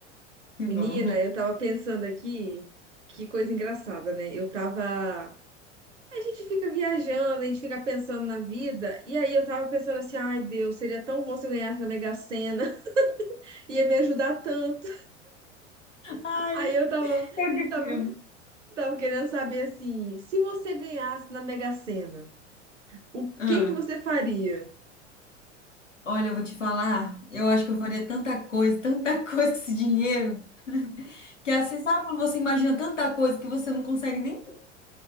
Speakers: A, on the left; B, on the right.
A: que
B: Menina,
A: bom.
B: eu tava pensando aqui, que coisa engraçada, né? Eu tava. A gente fica viajando, a gente fica pensando na vida, e aí eu tava pensando assim, ai, Deus, seria tão bom se eu ganhasse na Mega Sena, <laughs> ia me ajudar tanto.
A: Ai,
B: Aí eu tava,
A: eu que
B: tava,
A: filme.
B: tava querendo saber assim, se você ganhasse na Mega Sena, o
A: Ah.
B: que que você faria?
A: Olha, eu vou te falar, eu acho que eu faria tanta coisa, tanta <laughs> coisa com esse dinheiro, que assim, sabe quando você imagina tanta coisa que você não consegue nem.